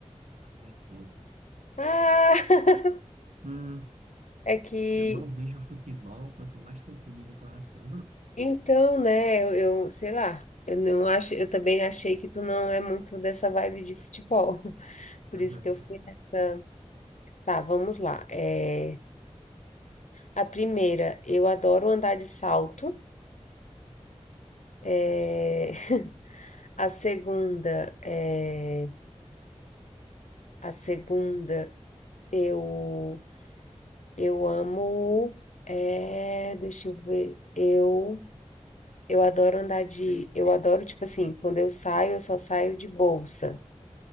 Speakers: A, on the right (about 80°); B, on the left (about 80°).
A: Acertou.
B: Ah! <laughs>
A: Hum,
B: É que.
A: eu mal vejo futebol, quanto mais ter time do coração.
B: Então, né, eu, eu sei lá. Eu não acho, eu também achei que tu não é muito dessa vibe de futebol. <laughs> Por
A: <laughs>
B: isso que eu fui nessa. Tá, vamos lá. É, a primeira, eu adoro andar de salto. É, <laughs> a segunda, é, a segunda, eu, eu amo, é, deixa eu ver, eu, eu adoro andar de, eu adoro, tipo assim, quando eu saio, eu só saio de bolsa.